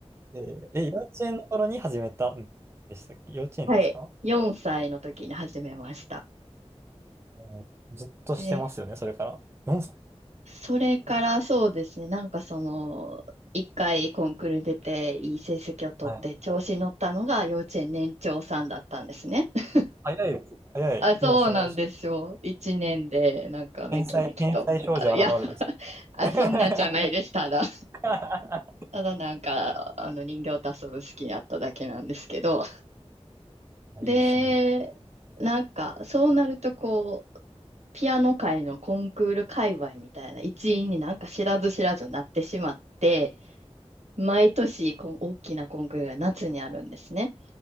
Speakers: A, on the right (about 25°); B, on the right (about 85°).
A: でえー、え幼稚園の頃に始めたんでしたっけ幼稚園ですか
B: はい。4歳の時に始めました。
A: もうずっとしてますよね、
B: で
A: それから。4歳
B: それからそうですね、
A: みたいな。
B: なんかその、一回コンクールに出ていい成績を取って調子に乗ったのが幼稚園年長さんだったんですね。
A: はい。
B: <laughs>
A: 早いです。早い。
B: あ、そうなんですよ。
A: もうそのうち、
B: 一年でなんかめきめきと。
A: 天才、天才少女現るですよ。
B: あいや、あ、
A: <laughs>
B: そんなんじゃないです。ただ、
A: あ
B: ただなんかあの人形と遊ぶ好きになっただけなんですけど。で、
A: いいですね。
B: なんかそうなるとこう、ピアノ界のコンクール界隈みたいな一員になんか知らず知らずなってしまって、毎年こう大きなコンクールが夏にあるんですね。